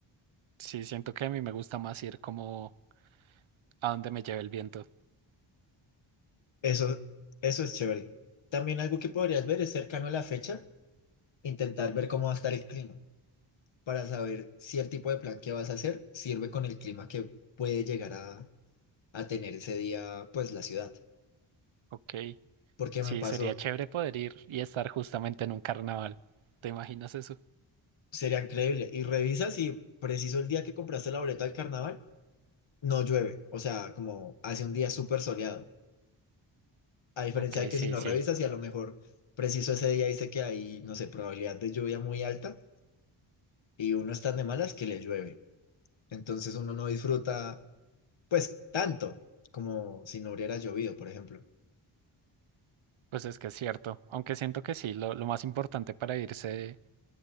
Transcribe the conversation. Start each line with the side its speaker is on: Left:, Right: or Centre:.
Right: Sí, siento que a mí me gusta más ir como a donde me lleve el viento.
Left: Eso, eso es chévere. También algo que podrías ver es cercano a la fecha, intentar ver cómo va a estar el clima, para saber si el tipo de plan que vas a hacer sirve con el clima que puede llegar a, a tener ese día, pues la ciudad.
Right: Ok.
Left: Porque
Right: Sí,
Left: me pasó,
Right: sería chévere poder ir y estar justamente en un carnaval. ¿Te imaginas eso?
Left: sería increíble. Y revisa si preciso el día que compraste la boleta del carnaval no llueve, o sea, como hace un día súper soleado. A diferencia
Right: Ok,
Left: de que
Right: sí,
Left: si no
Right: sí.
Left: revisas y a lo mejor preciso ese día dice que hay, no sé, probabilidad de lluvia muy alta y uno está de malas que le llueve. Entonces uno no disfruta, pues, tanto como si no hubiera llovido, por ejemplo.
Right: Pues es que es cierto, aunque siento que sí, lo, lo más importante para irse